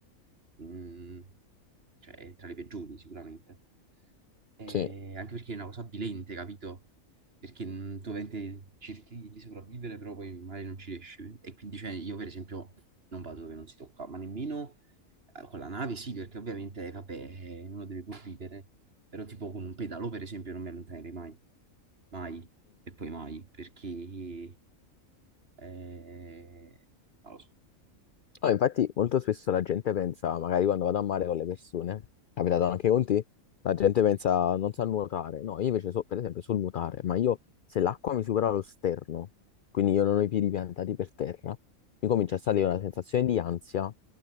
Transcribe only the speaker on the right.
mm, cioè è tra le peggiori sicuramente. E
anche perché è una cosa avvilente, capito? Perché mm, tu ovviamente cerchi di sopravvivere, però poi magari non ci riesci. E quindi cioè, io per esempio non vado dove non si tocca, ma nemmeno eh, con la nave sì, perché ovviamente eh, vabbè, eh, uno deve pur vivere, però tipo con un pedalò per esempio non mi allontanerei mai, mai e poi mai, perché eh, non lo so.